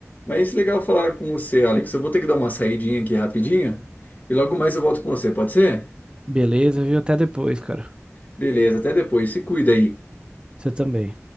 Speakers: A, on the left; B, on the right.
A: Mas legal falar com você, Alex. Eu vou ter que dar uma saidinha aqui rapidinho e logo mais eu volto com você, pode ser?
B: Beleza, viu? Até depois, cara.
A: Beleza, até depois. Se cuida aí.
B: Você também.